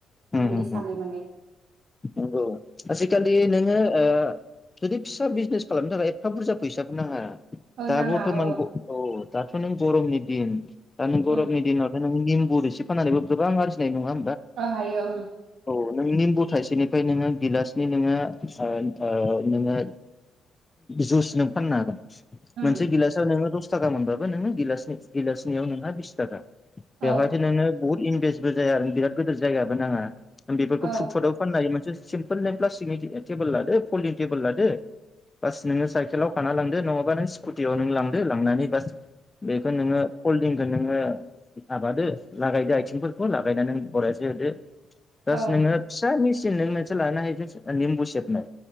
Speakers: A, on the left; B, on the right.
A: नंगौ
B: आं बिदि सानो माने
A: आजिखालि नोंङो ओ जुदि फिसा बिजनेस खालामनो थाखाय एफा बुरजा फैसाबो नाङा
B: औ
A: दा
B: नाङा
A: बर्थमान
B: औ
A: औ दाथ नों गरमनि दिन दा नों गरमनि
B: उम
A: दिनावथ नों निम्बुर एसे फाननानैबो गोबां आरजिनाय नङा
B: अह हायो
A: नोंनि निमबुथाइसेनिफ्राय नोंङो गिलासनै नोंङो ओ ओ नोंङो जुस नों फाननो हागोन
B: उम
A: मोनसे गिलासआव नोंङो दस थाखा मोनबाबो नोंङो गिलास गिलासनैयाव नोंहा बिस थाखा बेवहायथ
B: औ
A: नोंङो बहुत इनभेस्टबो जाया आरो बिराद गिदिर जायगाबो नाङा बेफोरखौ
B: औ
A: फुटपटाव फाननानै मोनसे सिम्पोल ए प्लास्टिकनि टेबोल लादो पलिन टेबोल लादो बास नोंङो साइकेलाव खाना लांदो नङाबा नों स्कुटियाव नों लांदो लांनानै बास बेखौ नोंङो कलडंखौ नोंङो माबादो लागायदो आथिंफोरखौ लागायनानै नों बरायसे होदो बस
B: औ
A: नोंङो फिसा मेचिन नों मोनसे लानो हायो निम्बु सेबनो